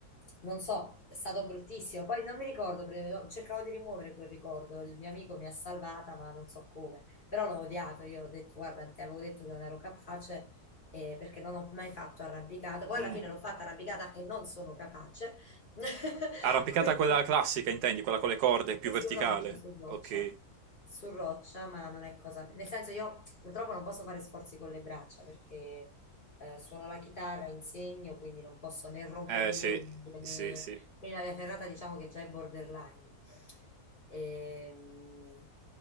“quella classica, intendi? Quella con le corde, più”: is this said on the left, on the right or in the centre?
Right